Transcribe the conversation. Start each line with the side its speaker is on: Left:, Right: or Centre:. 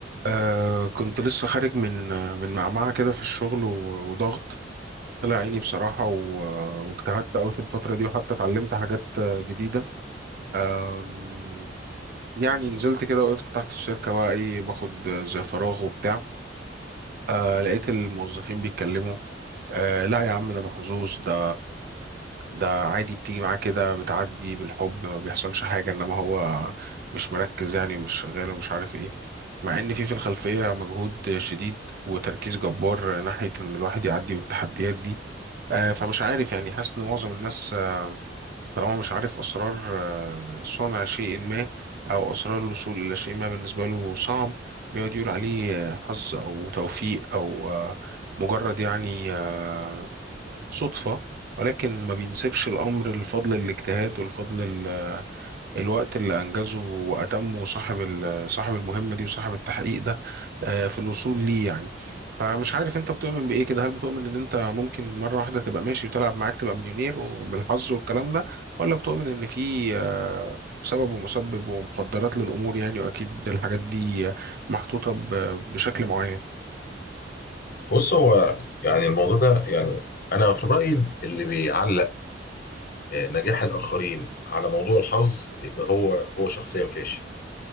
Right: آه كنت لسه خارج من من معمعة كده في الشغل و- وضغط طلع عيني بصراحة و- واجتهدت أوي في الفترة دي وحتى اتعلمت حاجات آه، جديدة آم، يعني نزلت كده وقفت تحت الشركة بقى إيه باخد زي فراغ وبتاع آه لقيت الموظفين بيتكلموا آه لا يا عم ده محظوظ ده ده عادي بتيجي معاه كده بتعدي بالحب ما بيحصلش حاجة انما هو مش مركز يعني ومش شغال ومش عارف ايه مع ان في في الخلفية مجهود شديد وتركيز جبار ناحية ان الواحد يعدي بالتحديات دي آه، فمش عارف يعني حاسس ان معظم الناس آه، طالما مش عارف اسرار آه، صنع شيء ما او اسرار الوصول الى شيء ما بالنسبة له صعب بيقعد يقول عليه آه، حظ او توفيق او آه، مجرد يعني آه، صدفة ولكن ما بينسبش الأمر لفضل الاجتهاد والفضل ال- الوقت اللي أنجزه وأتمه صاحب ال- صاحب المهمة دي وصاحب التحقيق ده آه، في الوصول ليه يعني فمش عارف أنت بتؤمن بإيه كده هل بتؤمن إن أنت ممكن مرة واحدة تبقى ماشي وتلعب معاك تبقى مليونير وبالحظ والكلام ده ولا بتؤمن إن في آه، سبب ومسبب ومقدرات للأمور يعني وأكيد الحاجات دي محطوطة ب- بشكل معين
Left: بص هو يعني الموضوع ده يعني انا في رايي اللي بيعلق آه، نجاح الاخرين على موضوع الحظ يبقى هو هو شخصيا فاشل